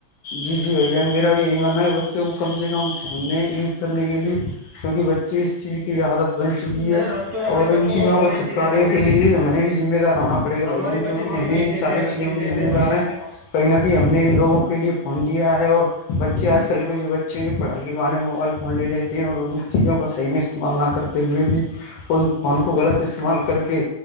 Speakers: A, on the left (about 85°); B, on the right (about 45°).
A: جی جی ان میرا بھی یہی ماننا ہے کہ بچوں کو کم سے کم فوننے یوج کرنے کے لیے کیونک بچے اس چیز کی عادت بن چکی
B: نہیں
A: ہے
B: ہم تو اپنے
A: اور
B: بچوں
A: ان چیزوں
B: فون
A: کو
B: ہی
A: چھتکارے
B: نہیں دیتے ہیں
A: کے لیے ہمیں بھی ذمہ دار ہونا پڑے گا
B: ہمارے
A: بھائی جان
B: بچے
A: کیونکہ
B: صرف
A: زمین
B: یہی دیکھتے
A: ساری
B: ہیں ایل
A: چیزوں
B: سی ڈی
A: کے
B: دیکھتے
A: ذمہ
B: بس
A: دار ہیں کہیں نہ کہیں ہم نے ان لوگوں کے لیے فون دیا ہے اور بچے آج کل کے جو بچے ہیں جو پڑھائی کے وہے موبائل فون لے لیتے ہیں اور ان چیزوں کا صحیح میں استعمال نہ کرتے ہوئے بھی ان فون کو غلط استعمال کر کے